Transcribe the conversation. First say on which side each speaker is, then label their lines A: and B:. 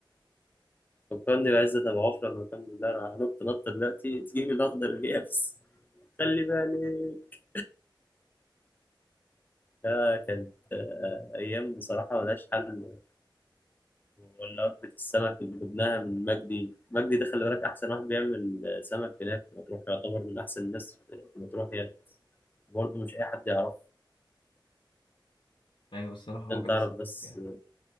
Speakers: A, on the left; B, on the left.
A: فكرني بعزت أبو عوف لما كان بيقول أنا هنط نط دلوقتي تجيب الأخضر اليابس خلي بالك آه كانت آه أيام بصراحة ملهاش حل ولا وجبة السمك اللي جبناها من مجدي مجدي ده خلي بالك أحسن واحد بيعمل آه، سمك هناك في مطروح يعتبر من أحسن الناس في مطروح يعني برضه مش أي حد يعرفه
B: ايوه الصراحه
A: أنت
B: هو كان
A: تعرف
B: السمك
A: بس
B: يعني